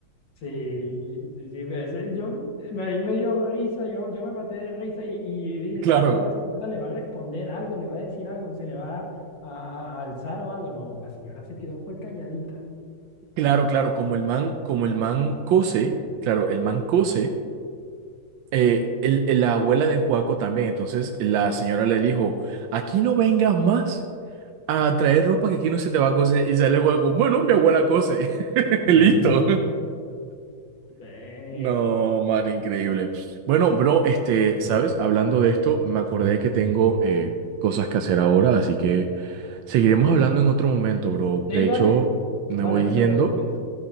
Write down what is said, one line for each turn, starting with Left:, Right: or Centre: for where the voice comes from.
Left: Sí, sí, sí, ese- yo, me- ahí me dio risa, yo, yo me maté de risa y, y dije,
Right: Claro,
Left: ¿será que la señora le va a responder algo, le va a decir algo, se le va a, a- a alzar o algo? No, la señora se quedó, fue calladita.
Right: claro, claro. Como
Left: Sí.
Right: el man, como el man cose, claro, el man cose, eh, el- el- la abuela de Juaco también. Entonces la señora
Left: sí.
Right: le dijo, aquí no vengas más a traer ropa que aquí no se te va a coser. Y sale el Juaco, bueno, mi abuela cose. <laughs>
Left: <laughs>
Right: Listo.
Left: ¿Ves?
Right: No, man, increíble. Bueno, bro, este, ¿sabes? Hablando de esto, me acordé que tengo eh, cosas que hacer ahora, así que seguiremos hablando en otro momento, bro.
Left: Sí,
Right: De hecho,
Left: dale.
Right: me
Left: Dale,
Right: voy
Left: no
Right: yendo.
Left: te preocupes.